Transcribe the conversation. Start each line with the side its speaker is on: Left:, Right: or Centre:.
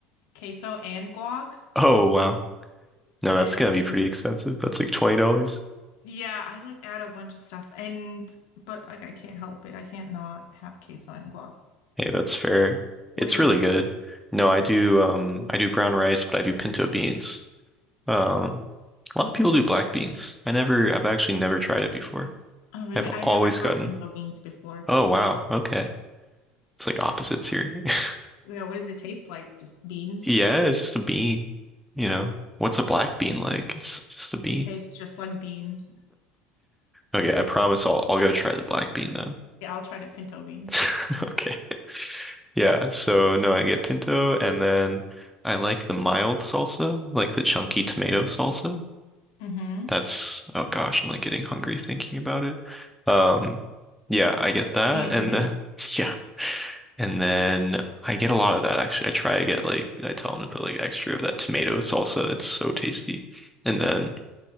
Left: queso and guac.
Centre: Oh, wow. No,
Left: And
Centre: that's gonna be pretty expensive. That's like $20.
Left: yeah, I like add a bunch of stuff and but like I can't help it. I can't not have queso and guac.
Centre: Hey, that's fair.
Left: What
Centre: It's
Left: do you
Centre: really
Left: get?
Centre: good. No, I do um I do brown rice, but I do pinto beans. Um a lot of people do black beans. I never I've actually never tried it before.
Left: Oh, really?
Centre: I've
Left: I
Centre: always
Left: never tried
Centre: gotten
Left: pinto beans before.
Centre: Oh wow, okay. It's like opposites here. <laughs>
Left: Yeah, what does it taste like? Just beans?
Centre: Yeah, it's just a bean, you know. What's a black bean like? It's just a bean.
Left: It tastes just like beans.
Centre: Okay, I promise I'll I'll go try the black bean then.
Left: Yeah, I'll try the pinto beans.
Centre: <laughs> Okay. Yeah, so no, I get pinto and then I like the mild salsa, like the chunky tomato salsa.
Left: Mm-hmm.
Centre: That's, oh gosh, I'm like getting hungry thinking about it. Um, yeah, I get that.
Left: Me every
Centre: And
Left: day.
Centre: then, <laughs> yeah. And then I get a lot of that actually. I try to get like, I tell them to put like extra of that tomato salsa. It's so tasty. And then